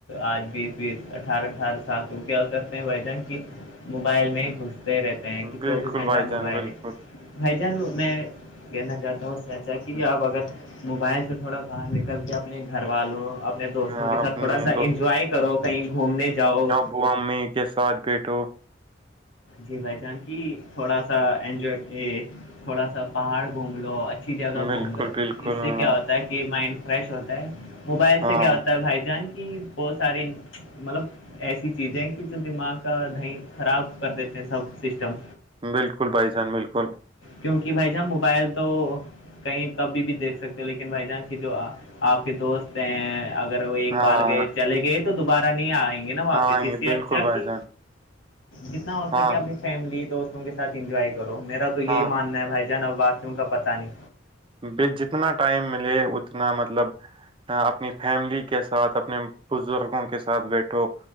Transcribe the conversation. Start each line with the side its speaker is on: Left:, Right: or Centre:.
Left: آج بیس بیس اٹھارہ اٹھارہ سال تو وہ کیا کرتے ہیں بھائی جان کی موبائل میں ہی گھستے رہتے ہیں کہ چوبیس
Right: بالکل
Left: گھنٹہ
Right: بھائی
Left: موبائل
Right: جان بالکل
Left: ہے بھائی جان میں کہنا چاہتا ہوں سچا کہ آپ اگر موبائل سے تھوڑا باہر نکل کے اپنے گھر والوں اپنے دوستوں
Right: آ،
Left: کے ساتھ
Right: اپنے
Left: تھوڑا سا
Right: دوستوں
Left: انجوائے کرو کہیں گھومنے جاؤ
Right: ب امی کے ساتھ بیٹھو
Left: جی بھائی جان کی تھوڑا سا انجوائے تھوڑا سا پہاڑ گھوم لو اچ جگہ گھوم
Right: بالکل
Left: لو
Right: بالکل
Left: اس سے
Right: ہاں
Left: کیا ہوتا ہے کہ کہ مائنڈ فریش ہوتا ہے موبائل
Right: ہاں،
Left: سے کیا ہوتا ہے بھائی جان کی بہت ساری مطلب ایسی چیزیں کہ جو دماغ کا دہیں خراب کرتے تھے سب سسٹم
Right: بالکل بھائی جان بالکل
Left: کیونکہ بھائی جان موبائل تو کہیں کب بھی دیکھ سکتے ہو لیکن بھائی جان کی جو آپ کے دوست ہیں اگر ایک
Right: ہاں
Left: بار گئے چلے گئے تو دوبارہ نہیں آئیں گے نا واپس
Right: ہاں یہ
Left: اسی اچھا
Right: بالکل بھائی
Left: کہ
Right: جان
Left: جتنا ہو
Right: ہاں
Left: سکے اپنی فیملی دوستوں کے ساتھ انجوائے کرو میرا تو یہی
Right: ہاں
Left: ماننا ہے بھائی جناب بااتیوں کا پتہ نہیں
Right: ب جتنا ٹائم ملے اتنا مطلب اپنی فیملی کے ساتھ اپنے بزرگوں کے ساتھ بیٹھو